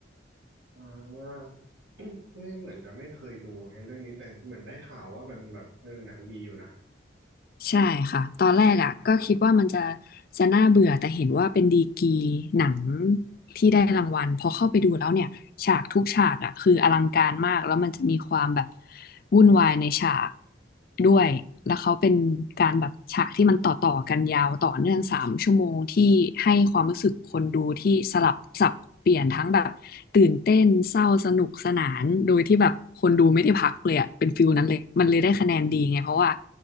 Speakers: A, on the right; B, on the left.
A: อ่า <coughs> ไม่เหมือนจะไม่เคยดูให้เรื่องนี้แต่เหมือนได้ข่าวว่าเป็นแบบเออหนังดีอยู่นะ
B: ใช่ค่ะตอนแรกอ่ะก็คิดว่ามันจะจะน่าเบื่อแต่เห็นว่าเป็นดีกรีหนังที่ได้รางวัลพอเข้าไปดูแล้วเนี่ยฉากทุกฉากอ่ะคืออลังการมากแล้วมันจะมีความแบบวุ่นวายในฉากด้วยแล้วเขาเป็นการแบบฉากที่มันต่อต่อกันยาวต่อเนื่องสามชั่วโมงที่ให้ความรู้สึกคนดูที่สลับสับเปลี่ยนทั้งแบบตื่นเต้นเศร้าสนุกสนานโดยที่แบบคนดูไม่ได้พักเลยอ่ะเป็นฟิลนั้นเลยมันเลยได้คะแนนดีไงเพราะว่า